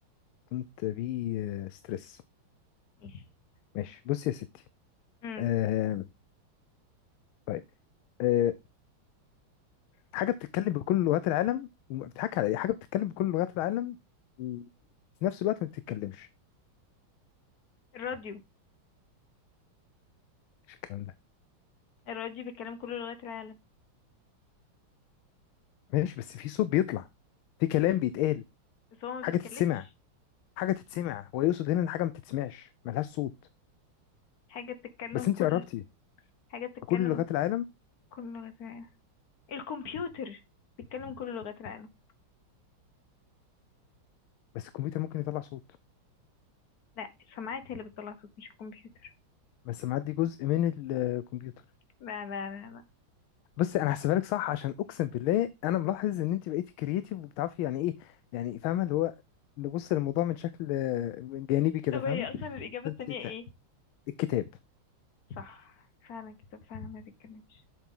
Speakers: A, on the left (about 80°); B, on the left (about 55°).
A: دونت بي ستريس
B: ماشي
A: ماشي بص يا ستي
B: امم
A: آه طيب آه حاجه بتتكلم بكل لغات العالم وما- بتضحك على ايه حاجه بتتكلم بكل لغات العالم وفي نفس الوقت ما بتتكلمش
B: الراديو
A: مش الكلام ده
B: الراديو بيتكلم كل لغات العالم
A: ماشي بس في صوت بيطلع في كلام بيتقال
B: بس هو ما بيتكلمش
A: حاجه تتسمع حاجه تتسمع هو يقصد هنا ان حاجه ما بتتسمعش ملهاش صوت
B: حاجة بتتكلم
A: بس انت
B: كل
A: قربتي
B: حاجة بتتكلم
A: كل لغات العالم
B: كل لغات العالم الكمبيوتر بيتكلم كل لغات العالم
A: بس الكمبيوتر ممكن يطلع صوت
B: لا السماعات هي اللي بتطلع صوت مش الكمبيوتر
A: بس معدي جزء من الكمبيوتر
B: لا لا لا لا
A: بس انا هحسبها لك صح عشان اقسم بالله انا ملاحظ ان انت بقيتي كرييتيف وبتعرفي يعني ايه يعني فاهمه اللي هو نبص للموضوع من شكل آه، من جانبي كده
B: طب
A: فاهمه
B: هي اصلا الإجابة
A: فانت
B: التانية
A: تع-
B: ايه
A: الكتاب
B: صح فعلا كده فعلا ما بيتكلمش